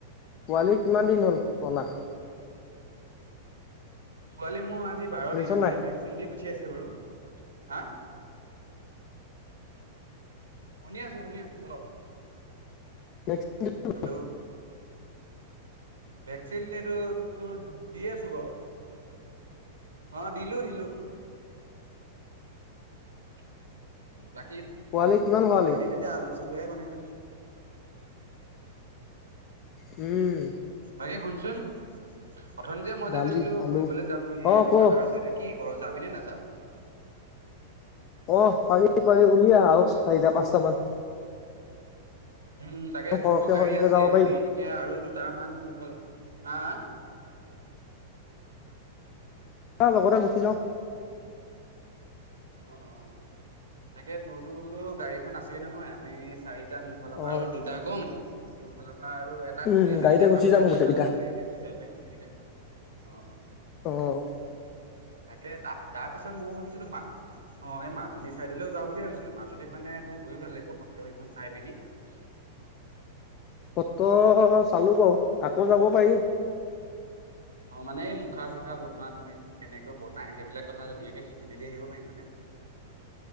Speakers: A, on the left (about 35°); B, on the right (about 80°).
A: পোৱালি কিমান দিন হ'ল অনা
B: পোৱালী মোৰ আজি বাৰ
A: শুনিছ
B: দিন আজি
A: নাই
B: ভেকচিন দি পঠিয়াইছে বাৰু হা <unintelligible> শুনি আছো শুনি আছো ক
A: ন <unintelligible>
B: হেল্ল' ভেকচিন এইটো তোৰ দি আছো বাৰু। অ দিলো -দিলো <inaudible> বাকী
A: পোৱালি
B: উ
A: কিমান
B: ভাত
A: ভৰালি
B: পানী তেতিয়া আলু-চালুহে বনাইছে
A: উম।
B: বাকী শুনচোন, অথনি যে মই
A: দালি
B: যে কৈছিলো
A: আলু
B: ফুৰিবলৈ যাম বুলি
A: অ
B: আমি
A: ক
B: পাহাৰৰ চাইদে কি অ যাবিনে নাযা?
A: অ পাৰি-পাৰি উলিয়া আৰু চাৰিটা -পাঁচটা মান
B: উম তাকে
A: সৰহকে
B: তোৰতো গাড়ী
A: হয় তেতিয়া
B: আছে
A: যাব পাৰি
B: আমি তেতিয়া আৰু দুটামান। হা।
A: আহ লগতে গুচি যাও।
B: অ, অ তাকে তোৰ তো বোলো গাড়ীখন আছেই নহয় আমি চাৰি। দুটা মোৰ ফালৰ
A: অ
B: পৰা আৰু দুটা কম তোৰ ফালৰ পৰা আৰু এটা
A: উম
B: কবি আমি
A: গাড়ীতে
B: তেতিয়া
A: গুচি
B: পাঁচটা
A: যাম
B: হ'লে
A: গোটেইকেইটা
B: ভাল হ'ব গাৰীতে গুচি যাব পাৰিম গোটেইকেইটাই অ অ
A: অ
B: তাকে ত তাৰ পিছত ময় ভাবিছিলো মা অ এই মাজুলী চাইদলৈও যাওঁ বুলি ভাবিছিলো মাজুলীত মানে তোৰ গৈয়ো ভাল লাগিব সত্ৰকেইখন চাই পিনি <inaudible>
A: কত চালো বাৰু আকৌ যাব পাৰি।
B: অ মানে এই মুখা -চুখা বনোৱা তুমি কেনেকে বনাই সেইবিলাক কথা ধুনীয়াকে শিকি মেলি আহিব পাৰিম মানে <inaudible>